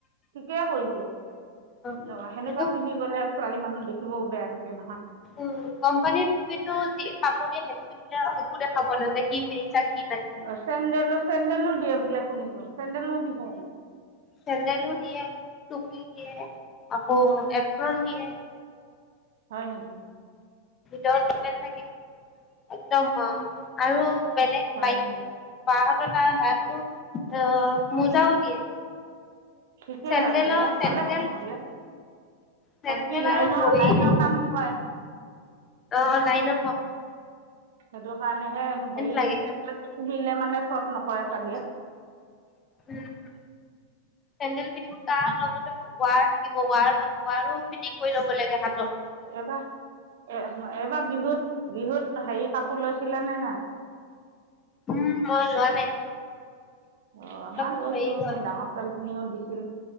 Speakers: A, on the right; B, on the left.
A: ঠিকে কৰিছে, অ',
B: আৰু।
A: সেনেকুৱা
B: সেইটো
A: পিন্ধি গ'লে ছোৱালী মানুহ দেখিবও বেয়া দেখে নহয়।
B: উম, কোম্পানীত কিন্তু, যি কাপোৰ দিয়ে, সেইটো পিন্ধিলে একো দেখা পোৱা নাযায়। কি পেইচা কি নাই।
A: অ', চেণ্ডেলো, চেণ্ডেলো দিয়ে বোলে, শুনিছোঁ চেণ্ডেলো পিন্ধে।
B: চেণ্ডেলো দিয়ে, টুপি দিয়ে, আকৌ এপ্ৰন দিয়ে।
A: হয় নেকি।
B: ভিতৰতে থাকিব, একদম আৰু বেলেগ
A: হয়
B: বাই
A: নেকি
B: বাহতৰ তাত হাতটো অ', মোজাও দিয়ে।
A: ঠিকে
B: চেন্দলো,
A: আছে
B: চেন্দেল।
A: ভালে নহ'লে
B: চেণ্ডেল
A: কি লাইনৰ
B: আৰু ভৰিত
A: লাইনৰ
B: একদম,
A: কাম কৰে
B: অ', লাইনত
A: সেইটো কাৰণে, হে হেৰি
B: লাগে।
A: চেন্দেলটো পিন্ধিলে মানে চৰ্ট নকৰে চাগে।
B: উম, চেণ্ডেল পিন্ধিব, তাৰ লগতে আকৌ ৱাৰ লিখিব ৱাৰ ৱাৰো ফিটিং কৰি ল'ব লাগে হাতৰ।
A: এইবাৰ এ এইবাৰ বিহুত বিহুত হেৰি কাপোৰ লৈছিলে নে নাই?
B: উম মই লোৱা নাই।
A: অ আমাৰ
B: অলপ
A: লৈছো,
B: হেৰি হ'ল
A: মই ডাঙৰ ছোৱালীজনীও দিছিল